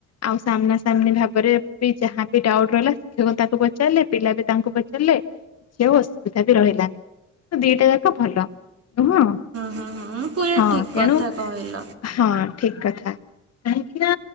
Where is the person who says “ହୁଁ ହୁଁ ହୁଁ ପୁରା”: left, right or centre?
Right